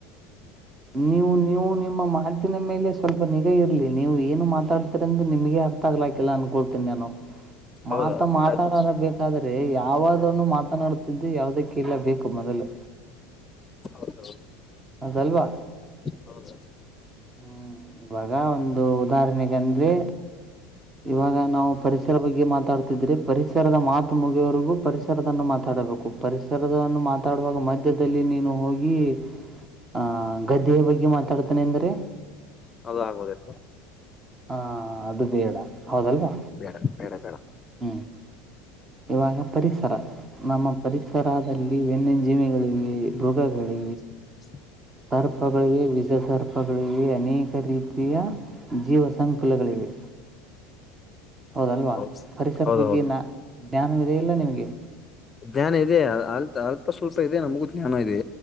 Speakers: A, on the right (about 25°); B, on the left (about 25°).
A: ನೀವು ನೀವು ನಿಮ್ಮ ಮಾತಿನ ಮೇಲೆ ಸ್ವಲ್ಪ ನಿಗಾ ಇರ್ಲಿ ನೀವು ಏನು ಮಾತಾಡ್ತ್ರ್ರ ನಿಮಗೆ ಅರ್ಥ ಆಗ್ಲಾಕಿಲ್ಲ ಅನ್ಕೊಳ್ತೀನಿ ನಾನು
B: ಹೌದಾ
A: ಮಾತ ಮಾತಾಡಾರ
B: ಆಯ್ತು
A: ಬೆಕಿದ್ರೆ ಯಾವದನ್ನು ಮಾತನಾಡುತ್ತಿದ್ದೆ ಯಾವದಕ್ಕ ಇಲ್ಲ ಬೇಕು ಮೊದಲು
B: ಹೌದುೌದು
A: ಹ ಅಲ್ವಾ
B: ಹೌದು
A: ಹ್ಮ್ ಇವಾಗ ಒಂದು ಉದಾಹರಣೆೆಗೆಂದ್ರೆ ಇವಾಗ ನಾವು ಪರಿಸರ ಬಗ್ಗೆ ಮಾತಾಡ್ತಿದ್ರೆ ಪರಿಸರದ ಮಾತು ಮುಗಿಯವರೆಗೂ ಪರಿಸರ ಪರಿಸರನ್ನು ಮಾತಾಡಬೇಕು ಪರಿಸರವನ್ನು ಮಾತಾಡುವಾಗ ಮಧ್ಯದಲ್ಲಿ ನೀನು ಹೋಗಿ ಆ ಗದ್ದೆಯ ಬಗ್ಗೆ ಮಾತಾಡ್ತಾನೆ ಎಂದ್ರೆ
B: ಅದು ಆಗ್ಬದಲ್
A: ಹಾ ಅದು ಬೇಡ ಹೌದಲ್ವಾ
B: ಬೇಡ ಬೇಡ ಬೇಡ
A: ಹ್ಮ್ ಇವಾಗ ಪರಿಸರ ನಮ್ಮ ಪರಿಸರದಲ್ಲಿ ವ್ಯನ್ಯಜೀವಿಿಗಳಿವೆ ಮೃಗಗಳಿವ
B: <inaudible>
A: ಸರ್ಪಗಳಿವೆ ವಿಜ ಸರ್ಪಗಳಿವೆ ಅನೇಕ ರೀತಿಯ ಜೀವ ಸಂಕುಲಗಳಿವೆ ಹೌದಲ್ವಾ
B: ಹೌದು
A: ಪರಿಸರ
B: ಹೌದೌದು
A: ಬಗ್ಗೆ ನ ಜ್ಞಾನವಿದೆ ಇಲ್ಲ ನಿಮ್ಗೆ
B: ಜ್ಞಾನ ಇದೆ ಅ ಅಲ್ಪ ಸ್ವಲ್ಪ ಇದೆ ನಮಗೂ ಜ್ಞಾನ ಇದೆ